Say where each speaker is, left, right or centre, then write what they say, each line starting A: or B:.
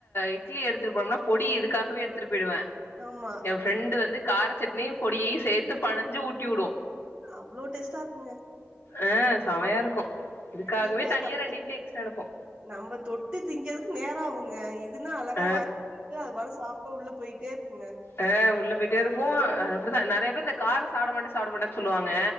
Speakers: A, on the left; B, on the right.
A: இட்லி எடுத்துட்டு போனம்னா பொடி இதுக்காகவே எடுத்துட்டு போயிடுவே
B: ஆமா
A: என் ஃப்ரெண்டு வந்து கார சட்னியு பொடியயு சேத்து பெனஞ்சு ஊட்டி விடு
B: அவ்ளோ டேஸ்ட்டா இருக்குங்க
A: அ செமையா இருக்கு இதுக்காகவே
B: அது இது <inaudible>
A: தனியா ரெண்டு இட்லி எக்ஸ்ட்ரா எடுப்போ
B: நம்ப தொட்டு திங்கற்துக் நேரோ ஆகுங்க இதுனா அழகா
A: ஆ
B: வாய் <inaudible> ட்டு அது பாட்டுக்கு சாப்ட்டா உள்ள போய்ட்டே இருக்குங்க
A: அ உள்ள போய்ட்டே இருக்கு அ அப்டி தா நெறைய பேர் இந்த காரோ சாப்ட மாட்ட சாப்ட மாட்டன் சொல்லுவாங்க